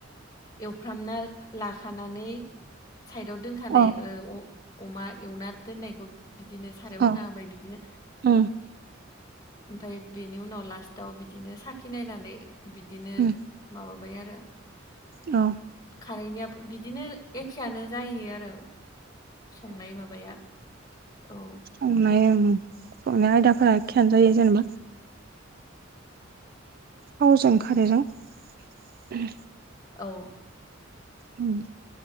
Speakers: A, on the left (about 20°); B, on the right (about 50°).
A: एवफ्रामना लाखानानै साइदाव दोनखानाय
B: अ
A: ओ अमा एवना दोननायखौ बिदिनो साराआव
B: अ
A: होना होबाय बिदिनो
B: उम
A: ओमफाय बेनि उनाव लास्टाव बिदिनो साखि नायनानै बिदिनो
B: उम
A: माबाबाय आरो
B: औ
A: खारैनिआबो बिदिनो एखेआनो जायो आरो संनाय माबाआ औ
B: अनायआ ओ संनाय आयदाफोरा एखेयानो जायो जेनेबा थावजों खारैजों ओम
A: औ
B: ओम